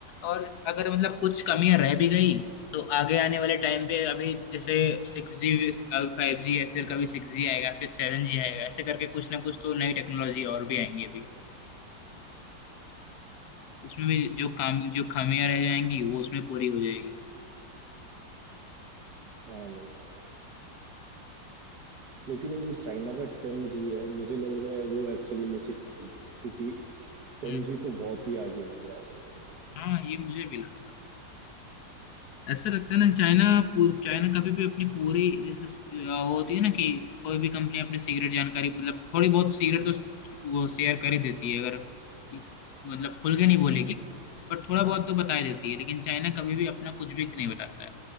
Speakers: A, on the left (about 60°); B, on the right (about 60°).
A: और अगर मतलब कुछ कमियां रह भी गई तो आगे आने वाले टाइम पे अभी जैसे सिक्स जी अब फाइव जी है फिर कभी सिक्स जी आएगा फिर सेवन जी आएगा ऐसे करके कुछ ना कुछ तो नई टेक्नोलॉजी और भी आएंगी अभी उसमें भी जो काम जो खामियां रह जाएंगी वो उसमें पूरी हो जाएगी
B: हाँ भाई लेकिन ये जो चाइना का टेन जी है मुझे लग रहा है वो एक्चुअली में सिक्स जी है क्योंकि टेन
A: हम्म
B: जी तो बहुत ही आगे हो गया
A: हाँ ये मुझे भी लगा ऐसा लगता है ना चाइना पूर्व चाइना कभी भी अपनी पूरी जैसे अ, वो होती है ना कि कोई भी कंपनी अपनी सीक्रेट जानकारी मतलब थोड़ी बहुत सीक्रेट तो वो शेयर कर ही देती है अगर मतलब खुल के नहीं बोलेगी
B: है। हम्म
A: पर थोड़ा बहुत तो बता ही देती है लेकिन चाइना कभी भी अपना कुछ भी नहीं बताता है